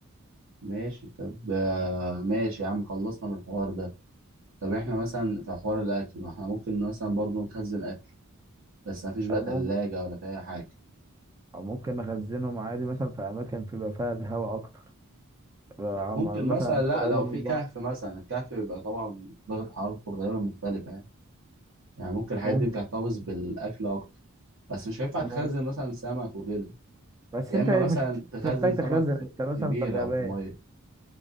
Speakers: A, on the right (about 65°); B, on the right (about 15°).
A: ماشي طب آه، ماشي يا عم خلصنا من الحوار ده طب احنا مثلا في حوار الأكل ما احنا ممكن مثلا برضو نخزن أكل بس مفيش بقى
B: او
A: تلاجة
B: ممكن
A: ولا في أي حاجة
B: او ممكن نخزنهم عادي مثلا في اماكن بيبقى فيها الهواء اكتر بيبقى عم-
A: ممكن مثلا
B: مثلا
A: لا
B: قريبه
A: لو
B: من
A: في كهف
B: البحر
A: مثلا الكهف بيبقى طبعا درجة حرارته غالبا مختلفة يعني يعني ممكن الحاجات
B: ممكن
A: دي بتحتفظ بالأكل أكتر بس مش هينفع
B: أو
A: تخزن
B: ممكن.
A: مثلا سمك وكده
B: بس
A: يا
B: انت
A: إما
B: مش
A: مثلا تخزن
B: محتاج
A: سمك
B: تخزن
A: في
B: انت مثلا
A: في بير
B: في غابات
A: أو في مية